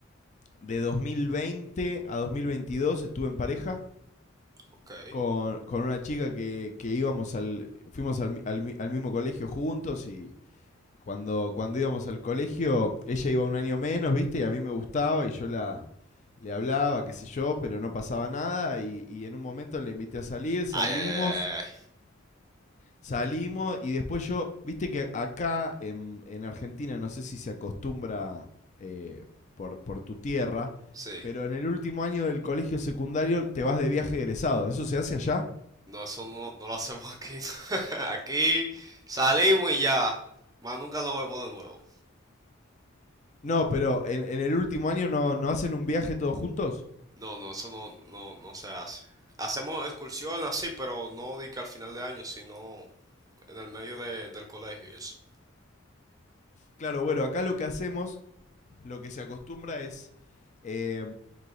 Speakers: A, on the left (about 35°); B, on the right (about 15°).
A: de 2020 a 2022 estuve en pareja
B: Ok. Ay,
A: con, con una chica que, que íbamos al, fuimos al, mi- al mi- al mismo colegio juntos y cuando, cuando íbamos al colegio ella iba un año menos, ¿viste? Y a mí me gustaba y yo la, le hablaba, qué sé yo, pero no pasaba nada y, y en un momento la invité a salir, salimos
B: ay, ay, ay, ay. ay.
A: Salimos y después yo, viste que acá en, en Argentina, no sé si se acostumbra eh, por, por tu tierra,
B: Sí.
A: pero en el último año del colegio secundario te vas de viaje egresado. ¿Eso se hace allá?
B: No, eso no, no lo hacemos aquí. <laughs> Aquí salimos y ya. Más nunca nos vemos de nuevo.
A: No, pero en, en el último año no, no hacen un viaje todos juntos.
B: No, no, eso no, no, no se hace. Hacemos excursiones así, pero no di que al final de año, sino en el medio de- del colegio y eso.
A: Claro, bueno, acá lo que hacemos, lo que se acostumbra es eh,